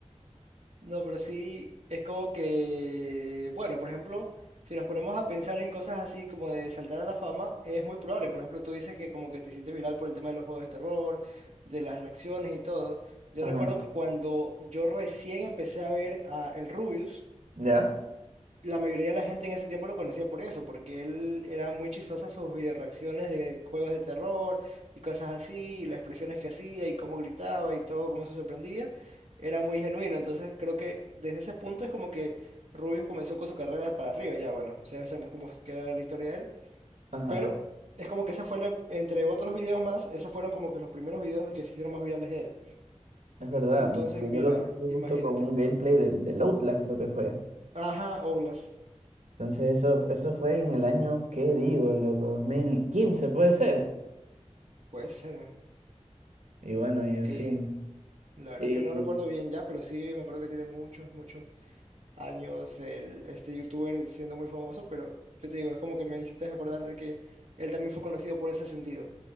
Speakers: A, on the right (about 65°); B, on the right (about 80°).
A: No, pero sí, es como que, bueno, por ejemplo, si nos ponemos a pensar en cosas así como de saltar a la fama, es muy probable. Por ejemplo, tú dices que como que te hiciste viral por el tema de los juegos de terror, de las reacciones y todo. Yo
B: Ajá,
A: recuerdo que cuando yo recién empecé a ver a El Rubius,
B: ya,
A: la mayoría de la gente en ese tiempo lo conocía por eso, porque él era muy chistoso en sus videoreacciones de juegos de terror y cosas así, y las expresiones que hacía y cómo gritaba y todo, cómo se sorprendía, era muy genuino. Entonces creo que desde ese punto es como que Rubius comenzó con su carrera para arriba, ya bueno, ya sabemos cómo queda la historia de él,
B: ajá.
A: pero es como que esa fue, la- entre otros videos más, esos fueron como que los primeros videos que se hicieron más virales de él.
B: Es verdad,
A: Entonces
B: porque
A: mira,
B: yo lo conocí
A: imagínate.
B: justo con un gameplay del, del Outlast, creo que fue.
A: Ajá, Oulas,
B: Entonces eso, eso fue en el año, ¿qué digo? Loco, 2015 puede ser.
A: puede ser.
B: Y bueno, y en
A: Eh,
B: fin.
A: La verdad
B: Y
A: que no recuerdo bien ya, pero sí me acuerdo que tiene muchos, muchos años el, este youtuber siendo muy famoso, pero yo te digo, es como que me hiciste acordar de que él también fue conocido por ese sentido.